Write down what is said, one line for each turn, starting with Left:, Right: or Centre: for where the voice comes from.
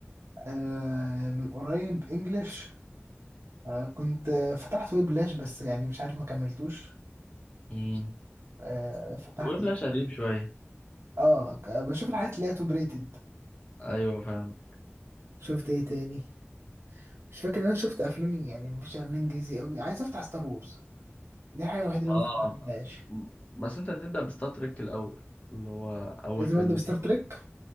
Right: آه من قريب انجلش آه، كنت آه، فتحت ويب لاش بس يعني مش عارف ما كملتوش
Left: امم
Right: آه، فتحت
Left: ويبلاش
Right: ايه
Left: قديم شويه
Right: اه ك- بشوف الحاجات اللي هي توب ريتد
Left: ايوه فاهم
Right: شفت ايه تاني مش فاكر ان انا شفت افلام يعني مش افلام انجليزي قوي عايز افتح ستار وورز دي الحاجه الوحيده اللي
Left: اه
Right: ممكن ما افتحهاش
Left: م- بس انت هتبدأ بستار تريك الأول اللي هو أول
Right: لازم
Left: فيلم
Right: ابدا بستار
Left: فيهم
Right: تريك